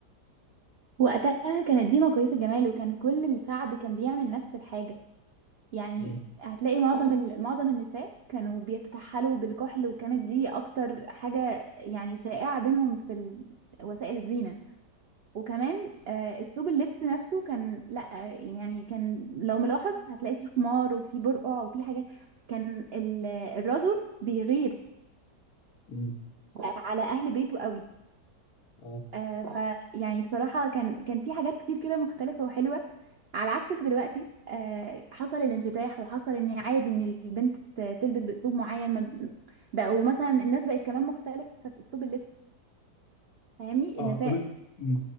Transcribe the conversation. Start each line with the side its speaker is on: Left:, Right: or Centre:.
Right: وقتها كانت ديما كويس الجمال وكان كل الشعب كان بيعمل نفس الحاجة يعني
Left: امم
Right: هتلاقي معظم ال... معظم النساء كانوا بيتكحلوا بالكحل وكانت دي اكتر حاجة يعني شائعة بينهم في ال... وسائل الزينة وكمان آه، اسلوب اللبس نفسه كان لا يعني كان لو ملاحظ هتلاقي فيه خمار وفيه برقع وفيه حاجات كان ال... الرجل بيغير
Left: امم
Right: آه، على اهل بيته قوي
Left: اه
Right: آه، ف يعني بصراحة كان كان في حاجات كتير كده مختلفة وحلوة على عكس دلوقتي آه، حصل الانفتاح وحصل ان عادي ان البنت ت- تلبس باسلوب معين ما- بقوا مثلا الناس بقت كمان مختلفة في اسلوب اللبس فاهمني
Left: اه
Right: النساء
Left: طب مم.